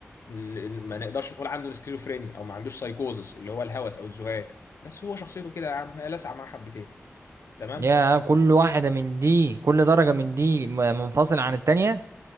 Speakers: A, on the left; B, on the right.
A: ن- ن- ما نقدرش نقول عنده سكيزوفرينيا او ما عندوش سايكوزس اللي هو الهوس او الذهان بس هو شخصيته كده يا عم هي لسع معاه حبتين تمام
B: يا كل واحدة من دي كل درجة من دي م- منفصلة عن التانية